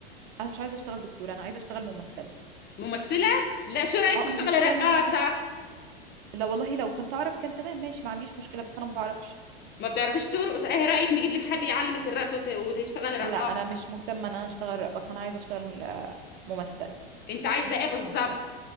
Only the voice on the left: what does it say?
ممثلة؟ لا شو رأيك
تشتغلي
رقاصة؟
ما بتعرفيش ترقص ايه رأيك نجيب لك حد يعلمك الرقص وت... وتشتغلي رقاصة
انت عايزة ايه بالظبط